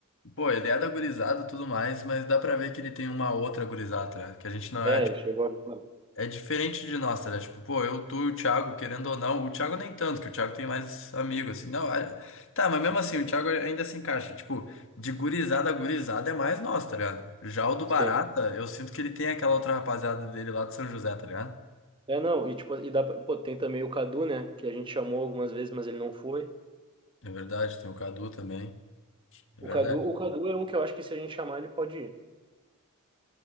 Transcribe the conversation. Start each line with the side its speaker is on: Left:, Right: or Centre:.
Left: pô, a ideia da gurizada e tudo mais, mas dá pra ver que ele tem uma outra gurizada, né? Que a gente não
Right: É,
Left: é,
Right: ele chegou agora.
Left: É diferente de nós, tá? ligado? Tipo, pô, eu, tu e o Thiago, querendo ou não, o Thiago nem tanto, que o Thiago tem mais amigo, assim. Não, é- tá, mas mesmo assim, o Thiago ainda se encaixa. Tipo, de gurizada a gurizada é mais nós, tá ligado? Já o do Barata,
Right: Sim.
Left: eu sinto que ele tem aquela outra rapaziada dele lá de São José, tá ligado?
Right: É, não, e tipo, e dá pra, pô, tem também o Cadu, né, que a gente chamou algumas vezes, mas ele não foi.
Left: É verdade, tem o Cadu também. É
Right: O
Left: verdade.
Right: Cadu, o Cadu é um que eu acho que se a gente chamar, ele pode ir.